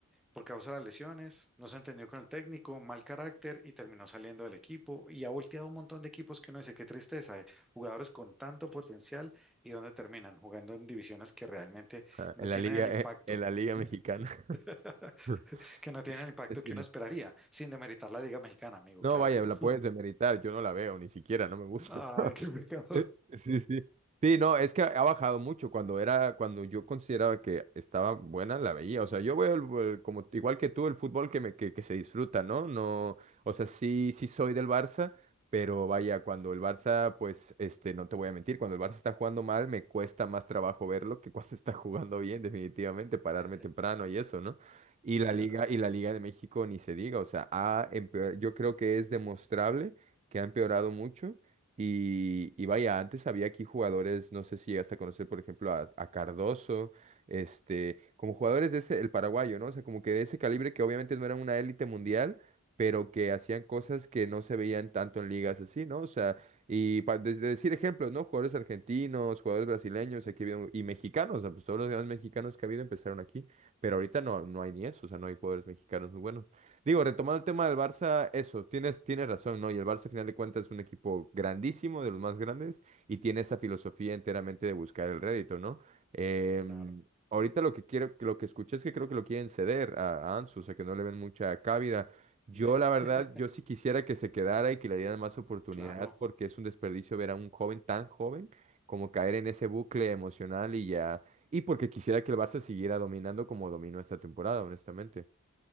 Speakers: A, in the centre; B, on the right.
A: por causa de las lesiones, no se entendió con el técnico, mal carácter y terminó saliendo del equipo y ha volteado un montón de equipos que uno dice, qué tristeza, eh, jugadores con tanto potencial y dónde terminan jugando en divisiones que realmente
B: Ah,
A: no
B: En
A: tienen
B: la liga,
A: el impacto,
B: eh, en la liga mexicana.
A: <laughs>
B: <laughs>
A: que no tienen el impacto que
B: Sí.
A: uno esperaría, sin demeritar la Liga Mexicana, amigo,
B: No,
A: claro
B: vaya,
A: que no.
B: la puedes demeritar, yo no la veo, ni siquiera, no me gusta.
A: <laughs> Ay,
B: <laughs>
A: qué pecado.
B: Eh, Sí, sí. Sí, no, es que ha bajado mucho. Cuando era, cuando yo consideraba que estaba buena, la veía. O sea, yo veo el- el- como igual que tú el fútbol que me que, que se disfruta, ¿no? No, o sea, sí, sí soy del Barça, pero vaya, cuando el Barça, pues, este, no te voy a mentir, cuando el Barça está jugando mal, me cuesta más trabajo verlo que cuando está jugando bien, definitivamente, pararme
A: <laughs>
B: temprano y eso, ¿no? Y
A: Sí,
B: la
A: claro,
B: Liga, y la Liga de México ni se diga, o sea, ha empeor- yo creo que es demostrable que ha empeorado mucho. Y, y vaya, antes había aquí jugadores, no sé si llegaste a conocer, por ejemplo, a, a Cardoso, este, como jugadores de ese, el paraguayo, ¿no? O sea, como que de ese calibre que obviamente no eran una élite mundial, pero que hacían cosas que no se veían tanto en ligas así, ¿no? O sea, y para decir ejemplos, ¿no? Jugadores argentinos, jugadores brasileños, aquí ha habido- y mexicanos, o sea, pues todos los grandes mexicanos que ha habido empezaron aquí. Pero ahorita no, no hay ni eso, o sea, no hay jugadores mexicanos muy buenos. Digo, retomando el tema del Barça, eso, tienes, tienes razón, ¿no? Y el Barça, al final de cuentas, es un equipo grandísimo, de los más grandes, y tiene esa filosofía enteramente de buscar el rédito, ¿no? Em,
A: claro.
B: ahorita lo que quiero, lo que escuché es que creo que lo quieren ceder a, a Ansu, o sea, que no le ven mucha cabida. Yo,
A: ¿Ves?
B: la verdad,
A: <laughs>
B: yo sí quisiera que se quedara y que le dieran más oportunidad,
A: Claro.
B: porque es un desperdicio ver a un joven tan joven como caer en ese bucle emocional y ya y porque quisiera que el Barça siguiera dominando como dominó esta temporada, honestamente.